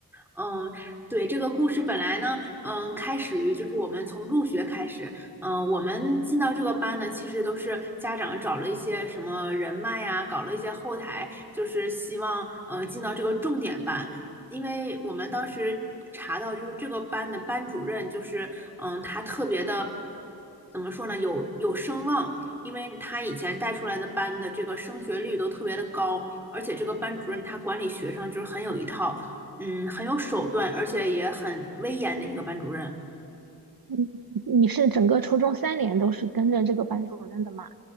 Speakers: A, in the centre; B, on the right.
A: 嗯，对，这个故事本来呢，嗯，开始于就是我们从入学开始，嗯，我们进到这个班呢，其实都是家长找了一些什么人脉呀，搞了一些后台，就是希望嗯进到这个重点班，因为我们当时查到就是这个班的班主任就是嗯他特别的怎么说呢，有有声望。因为他以前带出来的班的这个升学率都特别的高，而且这个班主任他管理学生就是很有一套，嗯，很有手段，而且也很威严的一个班主任。
B: 嗯，你是整个初中三年都是跟着这个班主任的吗？